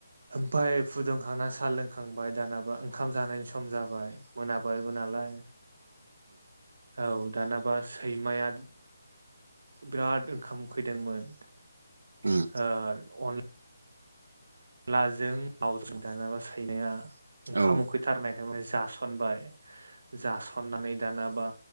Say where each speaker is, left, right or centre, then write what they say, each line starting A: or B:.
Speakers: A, on the right (about 55°); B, on the right (about 70°).
A: ओमफ्राय फुदुंखांना साल लोंखांबाय दानाबा ओंखाम जानायनि सम जाबाय मोना बायबो नालाय औ दानाबा सैमाया बिराद ओंखाम उखैदोंमोन
B: उम
A: ओ अ अलाजों लावजों दानाबा सैनाया ओंखाम
B: औ औ
A: उखैथारनायखाय जासनबाय जासननानै दानाबा